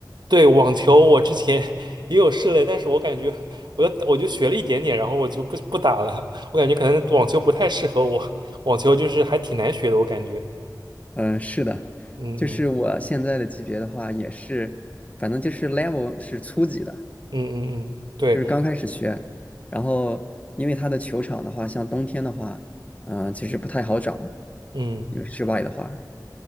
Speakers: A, on the right; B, on the left.
A: 对，网球我之前 <laughs> 也有试了，但是我感觉我就我就学了一点点，然后我就不不打了。<laughs> 我感觉可能网球不太适合我，网球就是还挺难学的，我感觉。
B: 嗯，是的，
A: 嗯嗯
B: 就是我现在的级别的话，也是，反正就是 level 是初级的，
A: 嗯嗯嗯，对，
B: 就是刚开始学，然后因为它的球场的话，像冬天的话，嗯，其实不太好找，
A: 嗯。
B: 因为室外的话，